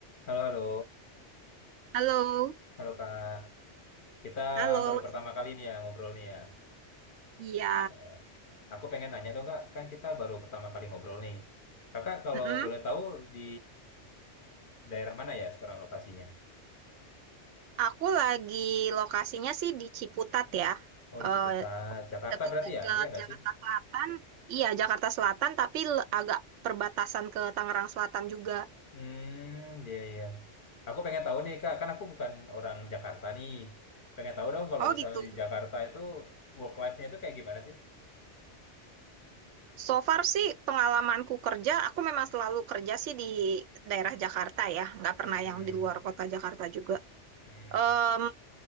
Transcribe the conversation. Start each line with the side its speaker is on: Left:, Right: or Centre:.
Left: Halo, halo.
Right: Halo,
Left: Halo, Kak. Kita
Right: halo.
Left: baru pertama kali nih ya ngobrol nih ya.
Right: Iya,
Left: Eh, Aku pengen nanya dong, Kak. Kan kita baru pertama kali ngobrol nih. Kakak kalau
Right: mm-mm.
Left: boleh tahu di daerah mana ya sekarang lokasinya?
Right: Aku lagi lokasinya sih di Ciputat ya,
Left: Oh,
Right: Eh
Left: di Ciputat, Jakarta
Right: dekat-dekat
Left: berarti ya? Iya nggak
Right: Jakarta
Left: sih?
Right: Selatan. Iya, Jakarta Selatan, tapi le- agak perbatasan ke Tangerang Selatan juga.
Left: Hmm, iya, iya. Aku pengen tahu nih, Kak. Kan aku bukan orang Jakarta nih. Pengen tahu dong kalau
Right: Oh
Left: misalnya
Right: gitu.
Left: di Jakarta itu work life-nya itu kayak gimana sih?
Right: So far sih pengalamanku kerja, aku memang selalu kerja sih di daerah Jakarta ya, nggak pernah
Left: Hmm,
Right: yang di luar kota Jakarta juga.
Left: hmm,
Right: Em,
Left: hmm,